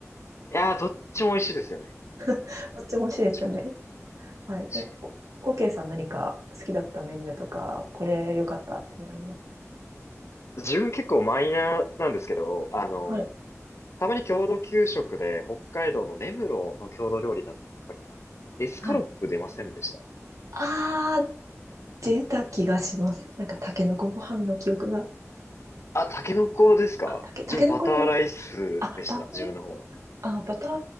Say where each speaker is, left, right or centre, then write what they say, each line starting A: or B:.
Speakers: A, on the left (about 55°); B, on the right (about 80°).
A: いやー、どっちも美味しいですよね。
B: <laughs> どっちも美味しいですよね。
A: どっちも。
B: はい。
A: 確かに。
B: え、おオーケーさん何か好きだったメニューとか、これ良かったっていうのあります
A: 自分結構マイナーなんですけど、あの
B: はい。
A: たまに郷土給食で北海道の根室の郷土料理だったかな。エスカロップ出ませんでした。
B: はい。
A: たまに。
B: あー、出た気がします。なんか、タケノコご飯の記憶が。
A: あ、タケノコですか自分バターライスでした。
B: あ、タケ、タケノコじゃない。あ、バター、
A: 自分の方は。
B: あ、バター、